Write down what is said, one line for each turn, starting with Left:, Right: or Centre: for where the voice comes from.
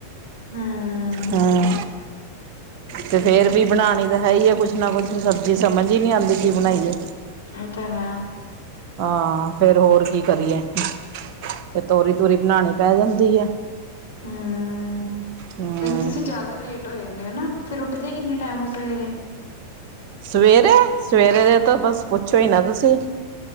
Left: ਹਮ
Right: ਹਾਂ ਤੇ ਫੇਰ ਵੀ ਬਣਾਉਣੀ ਤਾਂ ਹੈ ਹੀ ਆ ਕੁਛ ਨਾ ਕੁਛ ਸਬਜ਼ੀ ਸਮਝ ਹੀ ਨੀ ਆਉਂਦੀ ਸੀ ਬਣਾਈਏ
Left: ਇਹ ਤਾਂ ਹੈ।
Right: ਹਾਂ। ਫੇਰ ਹੋਰ ਕੀ ਕਰੀਏ, ਫਿਰ ਤੋਰੀ- ਤੂਰੀ ਬਣਾਉਣੀ ਪੈ ਜਾਂਦੀ ਐ।
Left: ਹੂੰ
Right: ਹਮ
Left: ਵੈਸੇ ਤੁਸੀਂ ਜ਼ਿਆਦਾ ਲੇਟ ਹੋ ਜਾਂਦੇ ਹੋ ਨਾ ਫਿਰ ਉੱਠਦੇ ਕਿੰਨੇ ਟਾਈਮ ਸਵੇਰੇ
Right: ਸਵੇਰੇ ਸਵੇਰੇ ਦੇ ਤਾਂ ਬਸ ਪੁੱਛੋ ਹੀ ਨਾ ਤੁਸੀਂ